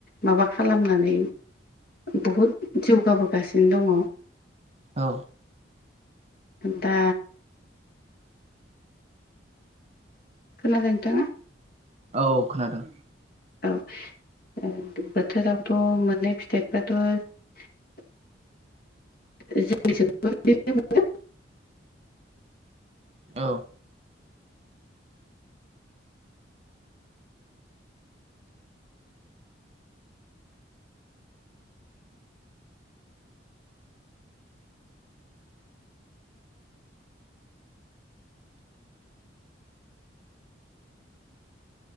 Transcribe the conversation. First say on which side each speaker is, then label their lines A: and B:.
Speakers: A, on the left; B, on the right.
A: माबा खालामनानै बुहुद जौगाबोगासिनो दङ'
B: औ।
A: दा खोनादों नोंथाङा?
B: औ खोनादों।
A: औ <unintelligible> बोथोरावथ' मोननाय फिथाइफ्राथ' <unintelligible>
B: औ